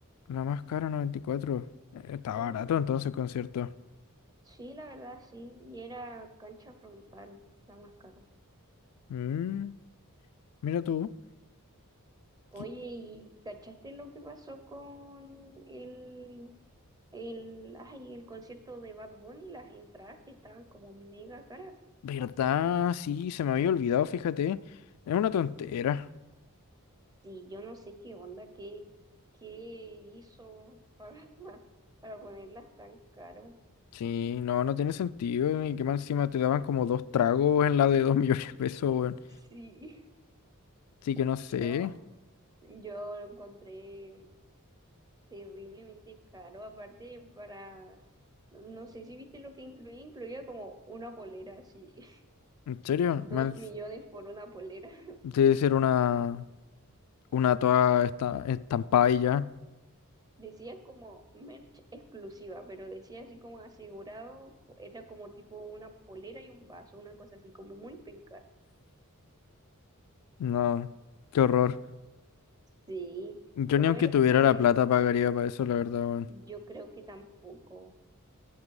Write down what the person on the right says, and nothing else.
Mm,
sí, la verdad sí. Y era cancha frontal, la más cara.
Oye,
¿y cachaste lo que pasó con el, el, ay, el concierto de Bad Bunny? Las entradas que estaban como mega caras.
Sí, yo no sé qué onda, qué, qué hizo para, <laughs> para ponerlas tan caro.
Sí,
<laughs>
no, yo lo encontré terriblemente caro. Aparte, para, no sé si viste lo que incluía, incluía como una polera, sí, <laughs>
dos
millones por una polera. <laughs>
Decía como merch exclusiva, pero decía así como asegurado, co- era como tipo una polera y un vaso, una cosa así como muy penca.
Sí.
Lo
peor
es
que
Yo creo que tampoco,